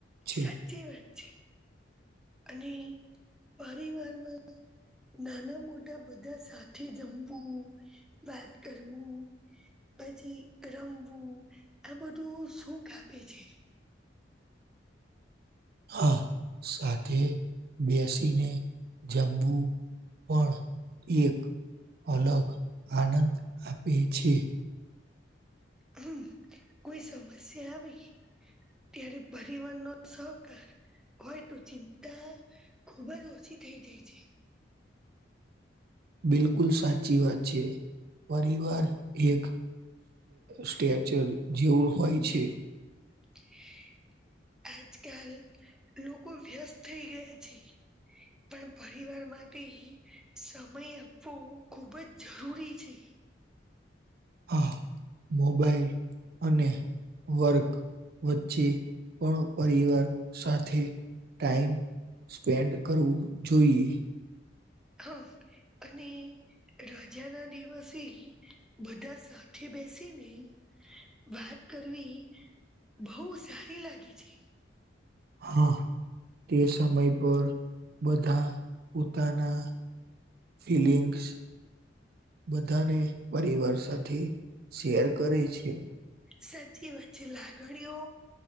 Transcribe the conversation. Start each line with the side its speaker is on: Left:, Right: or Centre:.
Right: છે.
Centre: સાચી વાતચ છે અને પરિવારમાં નાના મોટા બધા સાથે જમવું વાત કરવું પછી રમવું આ બધું સુખ આપે છે
Right: હા સાથે બેસીને જમવું પણ એક અલગ આનંદ આપે છે.
Centre: હ કોઈ સમસ્યા આવી ત્યારે પરિવાર નો સહકાર. હોય તો ચિંતા ખુબ જ ઓછી થઈ જાય છે.
Right: બિલકુલ સાચી વાત છે, પરિવાર એક સ્ટેચર જેવું હોય છે.
Centre: <inaudible> આજકાલ લોકો વ્યસ્ત થઈ ગયા છે પણ પરિવાર માટે સમય આપવો ખૂબ જ જરૂરી છે
Right: આ મોબાઈલ અને વર્ક વચ્ચે પણણ પરવાર સાથે ટાઈમ સ્પેન્ડ કરવું જોઈએ
Centre: હા અને રાજા ના દિવસે બધા સાથે બેસીને વાત કરવી બહુ સારી લાગે છે
Right: હા તે સમય પર બધા પોતાના ફલીિંગ્સ બધાને પરિવાર સાથે શેર કરે છે
Centre: સાચી વાત છે લાગણીઓ